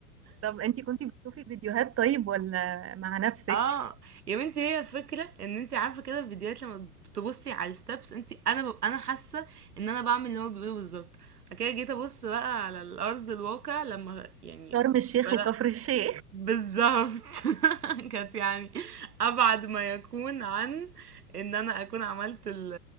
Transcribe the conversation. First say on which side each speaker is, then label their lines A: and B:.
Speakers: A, on the right (about 30°); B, on the right (about 85°).
A: طب انتي كنتي بتشوفي فيديوهات طيب ولا مع نفسك
B: اه يا بنتي هي الفكره ان انت عارفه كده في فيديوهات لما بتبصي على الستبس انت انا ببقى انا حاسه ان انا بعمل اللي هو بيقوله بالظبط بعد كده جيت ابص بقى على الارض الواقع لما يعني
A: شرم الشيخ
B: بدات
A: وكفر الشيخ
B: بالضبط <laughs> كانت يعني أبعد ما يكون عن إن أنا أكون عملت ال